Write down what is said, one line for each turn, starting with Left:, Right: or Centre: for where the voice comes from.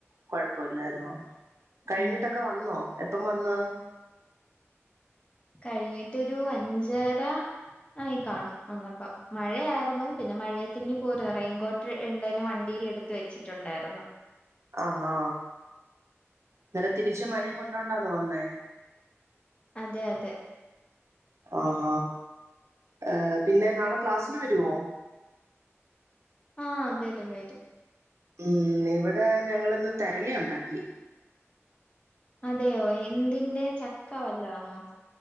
Right: കൊഴപ്പല്ലായിരുന്നോ കഴിഞ്ഞിട്ടൊക്കെ
Left: ഉം
Right: വന്നോ എപ്പം വന്ന്
Left: കഴിഞ്ഞിട്ടൊരു അഞ്ചര ആയി കാണും വന്നപ്പ മഴയായിരുന്നു പിന്നെ മഴേത്തിങ്‌ പോര റെയിൻകോട്ട് എന്തായാലും വണ്ടിൽ എടുത്ത് വെച്ചിട്ടുണ്ടായിരുന്നു
Right: ആ ഹാ നേരെ തിരിച്ച് മഴയും കൊണ്ടോണ്ടാണോ വന്നേ
Left: അതെ അതെ
Right: ആഹ ഏ പിന്നെ നാളെ ക്ലാസ്സിന് വരോ
Left: ആ വെരും വെരും
Right: ഉം ഇവിടെ ഞങ്ങളിന്ന് തെരളി ഒണ്ടാക്കി
Left: അതെയോ എന്തിന്റെ ചക്ക വല്ലാ ആണോ